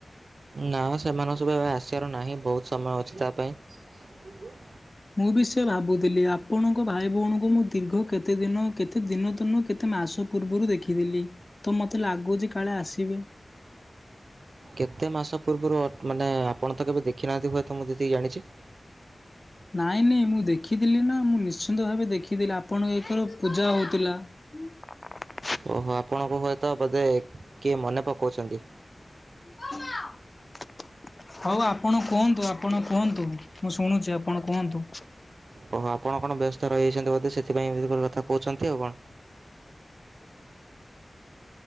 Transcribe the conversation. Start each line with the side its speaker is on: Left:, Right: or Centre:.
Right: ନା ସେମାନେ ସବୁ ଏବେ ଆସିବାର ନାହିଁ ବହୁତ ସମୟ ଅଛି ତା ପାଇଁ। କିଏ?
Left: ମୁଁ ବି ସେଆ ଭାବୁଥିଲି ଆପଣଙ୍କ ଭାଇ ଭଉଣୀଙ୍କୁ ମୁଁ ଦୀର୍ଘ କେତେ ଦିନ କେତେ ଦିନ ତ ନୁହଁ କେତେ ମାସ ପୂର୍ବରୁ ଦେଖିଥିଲି ତ ମତେ ଲାଗୁଚି କାଳେ ଆସିବି?
Right: କେତେ ମାସ ପୂର୍ବରୁ ମାନେ ଆପଣ ତ କେବେ ଦେଖିନାହାନ୍ତି ହୁଏତ ମୁଁ ଯେତିକି ଜାଣିଛି?
Left: ନାଇଁ ନାଇଁ ମୁଁ ଦେଖିଥିଲି ନା ମୁଁ ନିଶ୍ଚିନ୍ତ ଭାବେ ଦେଖିଦି ଥିଲି ଆପଣଙ୍କ ଏକର ପୂଜା ହଉଥିଲା। ହ <unintelligible>
Right: ଓହୋ ଆପଣଙ୍କ ହୁଏତ ବୋଧେ କିଏ ମନେ ପକାଉଛନ୍ତି?
Left: ତୁ କସ <unintelligible> ହଉ ଆପଣ କୁହନ୍ତୁ ଆପଣ କୁହନ୍ତୁ ମୁଁ ଶୁଣୁଚି ଆପଣ କୁହନ୍ତୁ।
Right: ଓହୋ ଆପଣ କଣ ବ୍ୟସ୍ତ ରହିଯାଇଛନ୍ତି ବୋଧେ ସେଥିପାଇଁ ଏମତି କଥା କହୁଛନ୍ତି ଆଉ କଣ।